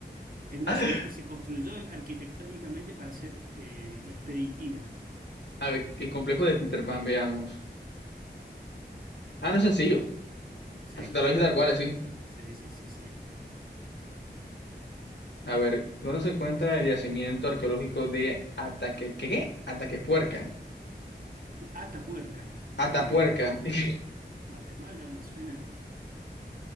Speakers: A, on the right; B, on the left.
A: Es una
B: <laughs>
A: ciudad que se construyó arquitectónicamente para ser eh, expeditiva.
B: A ver, qué complejo de Peter Pan, veamos. Ah, no es sencillo.
A: Sí.
B: Se te lo dije tal cual, sí.
A: Sí, sí, sí, sí.
B: A ver, ¿dónde se encuentra el yacimiento arqueológico de Ataque... ¿Qué? qué? Ataquepuerca.
A: Atapuerca,
B: Atapuerca.
A: eh,
B: <laughs>
A: Guatemala me suena,